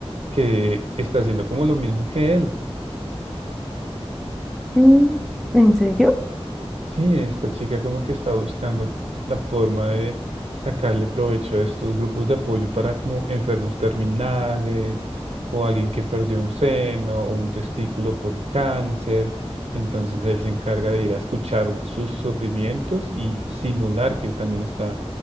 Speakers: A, on the right; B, in the centre.
A: que está haciendo como lo mismo que él.
B: Mm, ¿en serio?
A: Sí, esta chica como que está buscando la forma de sacarle provecho a estos grupos de apoyo para como enfermos terminales o alguien que perdió un seno o un testículo por cáncer. Entonces él se encarga de ir a escuchar sus sufrimientos y simular que él también está